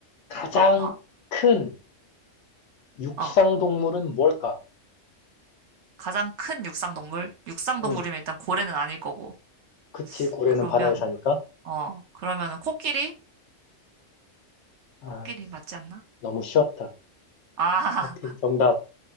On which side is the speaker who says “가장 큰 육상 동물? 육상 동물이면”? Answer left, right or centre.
Right